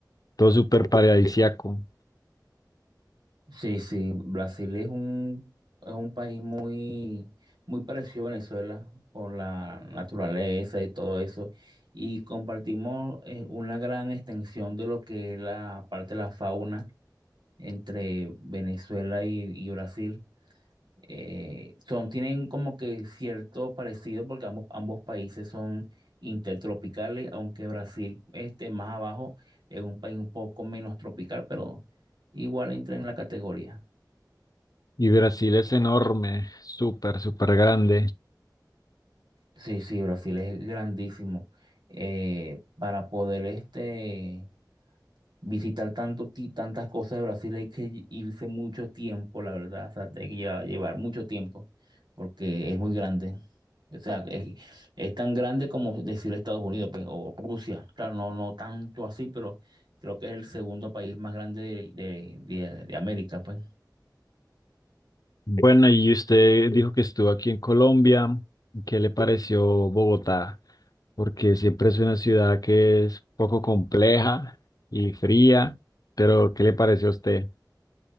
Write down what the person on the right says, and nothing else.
Sí, sí, Brasil es un, es un país muy, muy parecido a Venezuela por la naturaleza y todo eso. Y compartimos eh, una gran extensión de lo que es la parte de la fauna entre Venezuela y, y Brasil. Eh, son, tienen como que cierto parecido porque ambos, ambos países son intertropicales, aunque Brasil esté más abajo, es un país un poco menos tropical, pero igual entra en la categoría.
Sí, sí, Brasil es grandísimo. Eh, para poder este, visitar tanto, ti- tantas cosas de Brasil hay que ll- irse mucho tiempo, la verdad. O sea, hay que llevar, llevar mucho tiempo porque es muy grande. O sea, es, es tan grande como decir Estados Unidos pues, o Rusia. Claro, no, no tanto así, pero creo que es el segundo país más grande de, de, de- de América, pues.